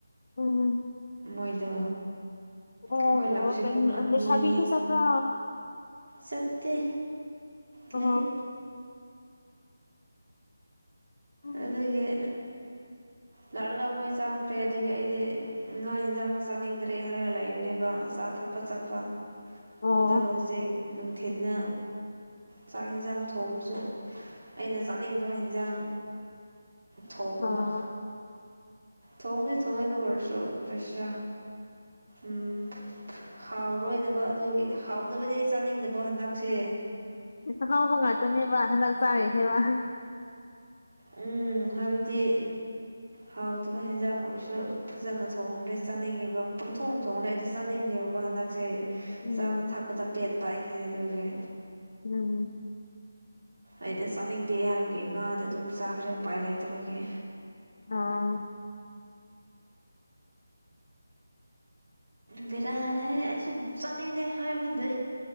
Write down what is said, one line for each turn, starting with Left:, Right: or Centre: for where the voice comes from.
Left: ꯎꯝ ꯎꯝ
Right: ꯃꯣꯏꯗꯣ
Left: ꯑꯣ
Right: ꯑꯩꯈꯣꯏ ꯂꯥꯛꯁꯦ
Left: ꯀꯩꯅꯣ
Right: ꯄꯨꯡ ꯑꯅꯤ
Left: ꯂꯩꯁꯥꯕꯤꯁꯨ ꯆꯠꯄ꯭ꯔꯥ
Right: ꯆꯠꯇꯦ
Left: ꯑꯣ
Right: ꯂꯩ
Left: ꯎꯝ
Right: ꯑꯗꯨꯒꯤ ꯂꯥꯛꯔꯒ ꯃꯣꯏ ꯆꯥꯈ꯭ꯔꯦ ꯑꯗꯨꯒꯤ ꯑꯩꯗꯤ ꯉꯥ ꯍꯤꯟꯖꯥꯡꯅꯣ ꯆꯥꯅꯤꯡꯗ꯭ꯔꯦ ꯍꯥꯏꯔꯒ ꯂꯩꯕꯅꯦꯕ ꯑ ꯆꯥ ꯊꯛꯄ ꯆꯠꯄ
Left: ꯑꯣ
Right: ꯑꯗꯣ ꯍꯧꯖꯤꯛ ꯅꯨꯡꯊꯤꯅ ꯆꯥꯛ ꯌꯦꯟꯖꯥꯡ ꯊꯣꯡꯕꯁꯨ ꯑꯩꯅ ꯆꯥꯅꯤꯡꯗꯕ ꯍꯟꯖꯥꯡ ꯊꯣꯡꯃ
Left: ꯑꯣ
Right: ꯊꯣꯡꯉꯤ ꯊꯣꯡꯉꯤꯅ ꯄꯨꯔꯁꯨ ꯄꯦꯁ ꯎꯝ ꯍꯥꯎꯔꯣꯏꯗꯕ ꯑꯗꯨꯒꯤ ꯍꯥꯎꯗꯕꯗꯤ ꯑꯩ ꯆꯥꯅꯤꯡꯗꯕ ꯍꯟꯗꯛꯁꯦ
Left: ꯥꯑ ꯍꯥꯎꯕ ꯉꯥꯛꯇꯅꯦꯕ ꯍꯟꯗꯛ ꯆꯥꯔꯤꯁꯦꯕ
Right: ꯎꯝ ꯍꯥꯏꯕꯗꯤ ꯍꯥꯎꯗꯕ ꯍꯤꯟꯖꯥꯡ ꯑꯣꯏꯔꯁꯨ ꯐꯖꯅ ꯊꯣꯡꯉꯗꯦ ꯆꯥꯅꯤꯡꯉꯤꯕ ꯄꯪꯊꯣꯡ ꯊꯣꯡꯅ ꯑꯩꯗꯤ ꯆꯥꯅꯤꯡꯗꯦꯕꯀꯣ ꯍꯟꯗꯛꯁꯦ
Left: ꯎꯝ
Right: ꯆꯥꯕ ꯊꯛꯄꯗ ꯄꯦꯠꯄ ꯑꯩꯁꯦ ꯑꯗꯨꯒꯤ
Left: ꯎꯝ
Right: ꯑꯩꯅ ꯆꯥꯅꯤꯡꯗꯦ ꯍꯥꯏꯕꯒꯤ ꯉꯥꯗ ꯑꯗꯨꯝ ꯆꯥꯈ꯭ꯔꯦ ꯎꯄꯥꯏ ꯂꯩꯇꯕꯒꯤ
Left: ꯑꯣ
Right: ꯕꯦꯔꯥꯅꯤ ꯑꯩꯁꯨ ꯆꯥꯅꯤꯡꯗꯦ ꯍꯥꯏꯕꯗꯤ